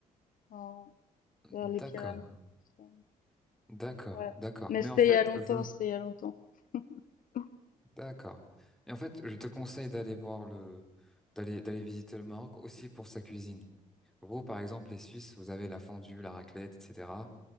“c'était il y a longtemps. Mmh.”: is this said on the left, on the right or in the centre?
Left